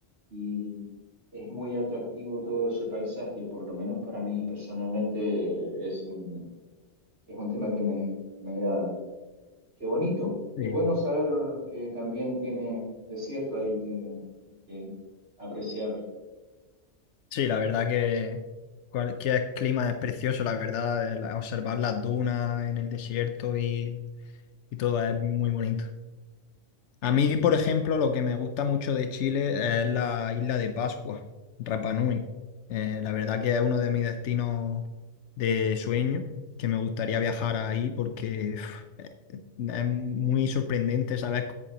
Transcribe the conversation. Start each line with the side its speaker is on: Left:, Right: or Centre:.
Right: y es muy atractivo todo ese paisaje. Por lo menos para mí personalmente es un, es un tema que me, me agrada. Qué bonito,
Left: Sí,
Right: qué bueno saber que también tiene desierto ahí que, que apreciar.
Left: Sí, la verdad que cualquier clima es precioso, la verdad, el- observar las dunas en el desierto y y todo es muy bonito. A mí, por ejemplo, lo que me gusta mucho de Chile es la isla de Pascua, Rapa Nui. Eh, la verdad que es uno de mis destinos de sueño, que me gustaría viajar ahí porque uf, eh, es muy sorprendente saber